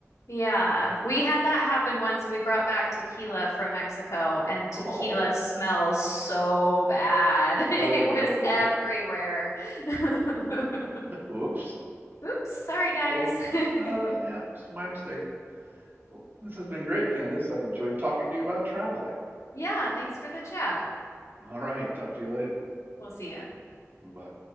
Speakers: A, on the left; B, on the right.
A: yeah, we had that happen once. We brought back tequila from Mexico, and tequila
B: <laughs> Oh,
A: smells so bad. <laughs>
B: oh
A: It was
B: no.
A: everywhere. <laughs>
B: <laughs> Oops.
A: Oops, sorry, guys.
B: Well, uh,
A: <laughs>
B: yeah, it's my mistake. Well, this has been great, Candace. I've enjoyed talking to you about traveling.
A: Yeah, thanks for the chat.
B: All right, talk to you later.
A: We'll see ya.
B: Bye.